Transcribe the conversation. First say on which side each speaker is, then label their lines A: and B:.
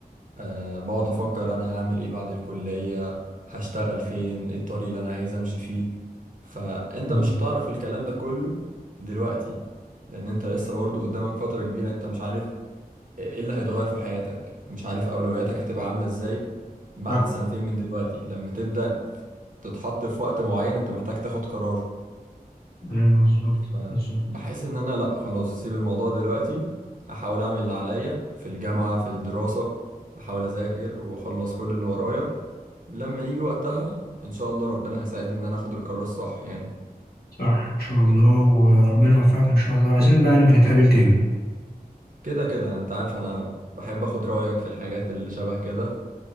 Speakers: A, on the right; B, on the left.
A: أه بقعد أفكر أنا هعمل إيه بعد الكلية هشتغل فين إيه الطريق اللي أنا عايز أمشي فيه فأنت
B: أمم.
A: مش هتعرف الكلام ده كله دلوقتي لأن أنت لسه برضه قدامك فترة كبيرة أنت مش عارف إيه اللي هيتغير في حياتك مش عارف أولوياتك هتبقى عاملة إزاي بعد
B: صح
A: سنتين من دلوقتي لما تبدأ تتحط في وقت معين أنت محتاج تاخد قرار
B: ايوه بالظبط
A: آه،
B: بالظبط
A: بحس ان انا لا خلاص اسيب الموضوع دلوقتي هحاول اعمل اللي عليا في الجامعة في الدراسة احاول اذاكر واخلص كل اللي ورايا لما يجي وقتها ان شاء الله ربنا هيساعدني ان انا اخد القرار الصح يعني
B: صح ان شاء الله وربنا يوفقك ان شاء الله عايزين بقى نبقى نتقابل تاني
A: كده كده انت عارف انا بحب اخد رأيك في الحاجات اللي شبه كده